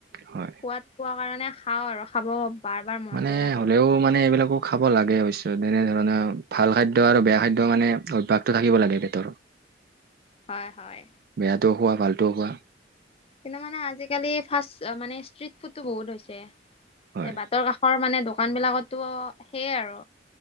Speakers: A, on the right; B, on the left.
A: হয়
B: সোৱাদ পোৱা কাৰণে খাওঁ আৰু খাব', বাৰ বাৰ মন
A: মানে
B: যায় থাকে
A: হ'লেও মানে এইবিলাকক', খাব লাগে অৱশ্যে, যেনে ধৰণৰ ভাল খাদ্য আৰু বেয়া খাদ্য মানে অভ্যাসটো থাকিব লাগে পেটৰ', <unintelligible>
B: হয়', - হয়',
A: বেয়াটোও খোৱা ভালটোও খোৱা
B: কিন্তু মানে আজিকালি ফাষ্ট মানে ষ্ট্ৰীট ফুডটো বহুত হৈছে',
A: হয়
B: এই বাটৰ কাষৰ মানে দোকান বিলাকতো সেইয়ে আৰু